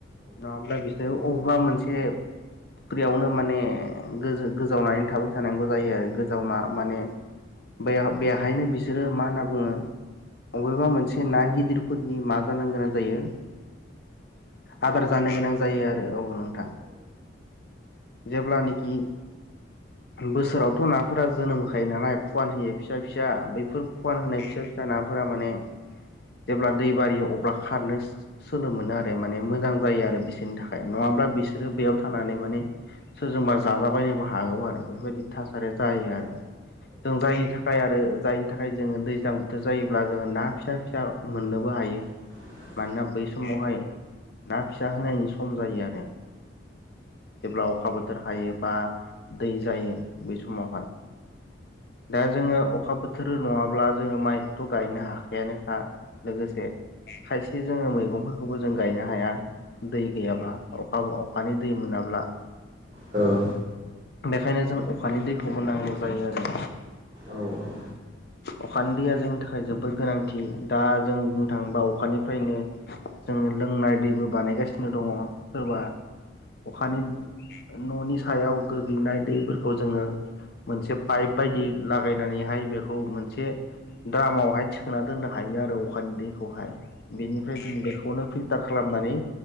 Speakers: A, on the left; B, on the right.
A: नङाब्ला बिसोरो अबेबा मोनसे फुख्रियावनो माने गोजो गोजावनानै थाबाय थानांगौ जायो आरो गोजावना माने। बेयाव बेहायनो बिसोरो मा होनना बुङो अबेबा मोनसे ना गिदिरफोरनि मा जानो गोनां जायो आदार जानो गोनां जायो आरो औ नोंथां जेब्लानिखि बोसोरावथ' नाफोरा जोनोम होखायो नालाय फुवान होयो फिसा फिसा बैफोर फुवान होनाय फिसा नाफोरा माने जेब्ला दै बारियो अब्ला खारनो सोलो मोनो आरो। आरो माने मोजां जायो आरो बिसोरनि थाखाय नङाब्ला बिसोरो बेयाव थानानै माने सोरजोंबा जाजाबायनोबो हागौ आरो बेफोरबायदि थासारिया जायो आरो जों जायनि थाख खाय आरो जायनि थाखाय जोङो दैज्लां बोथोर जायोब्ला जोङो ना फिसा फिसा मोननोबो हायो।
B: <unintelligible>
A: मानोना बै समावहाय ना फिसा होनायनि सम जायो आरो। जेब्ला अखा बोथोर हायो बा दै जायो बै समावहाय। दा जोङो अखा बोथोर नङाब्ला जोङो माइखौथ' गायनो हाखायानोखा लोगोसे <unintelligible> खायसे जोङो मैगंफोरखौबो जों गायनो हाया दै गैयाब्ला अखा अखानि दै मोना ब्ला
B: औ
A: बेखायनो जों अखानि दैखौबो नांगौ जायो आरो
B: औ औ <inaudible>
A: अखानि दैया जोंनि थाखाय जोबोद गोनांथि दा जों बुंनो थाङोबा अखानिफ्रायनो जोङो लोंनाय दैबो बानायगासिनो दङ सोरबा अखानि न'नि सायाव गोग्लैनाय दैफोरखौ जोङो मोनसे पाइप बायदि लागायनानैहाय बेखौ मोनसे द्रामावहाय थिखोना दोननो हायो आरो अखानि दैखौहाय बेनिफ्राय जों बेखौनो फिल्टार खालामनानै